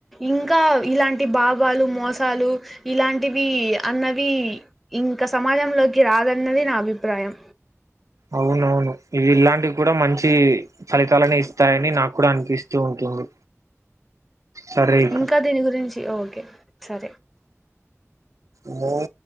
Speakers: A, in the centre; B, on the right (about 80°).
A: ఇంకా ఇలాంటి బావాలు మోసాలు ఇలాంటివి అన్నవి ఇంక సమాజంలోకి రాదన్నది నా అభిప్రాయం
B: అవునవును ఇవి ఇలాంటివి కూడా మంచి ఫలితాలని ఇస్తాయని నాకు కూడా అనిపిస్తూ ఉంటుంది సరే ఇక
A: ఇంకా దీని గురించి ఓకే సరే
B: మో